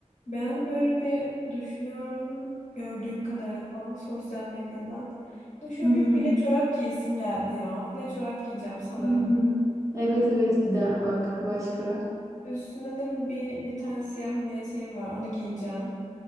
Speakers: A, on the left; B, on the right.
A: Ben böyle bir düşünüyorum gördüğüm kadarıyla falan sosyal medyadan. Ya Şöyle
B: <laughs> Hı hı.
A: bir file çorap giyesim geldi ya. File çorap giyeceğim sanırım.
B: Hmm. Evet evet gider bak başka.
A: Üstünde de bir, bir tane siyah mini eteğim var onu giyeceğim.